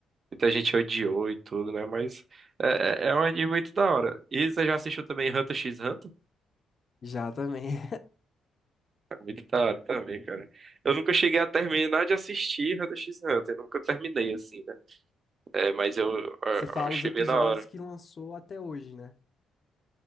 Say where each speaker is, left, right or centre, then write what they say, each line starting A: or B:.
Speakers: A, on the right (about 45°); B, on the left (about 45°).
A: muita gente odiou e tudo, né? Mas é, é é um anime muito da hora. E você já assistiu também Hunter x Hunter?
B: Já também.
A: É muito da hora também, cara. Eu nunca cheguei a terminar de assistir Hunter x Hunter, nunca terminei assim, né? É, mas eu,
B: <laughs>
A: eu- eu
B: Você fala
A: achei
B: os episódios
A: bem da hora.
B: que lançou até hoje, né?